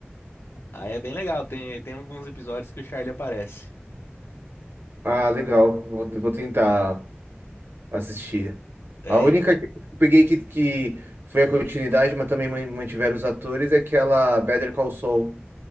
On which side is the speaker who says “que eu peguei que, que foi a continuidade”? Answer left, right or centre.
Right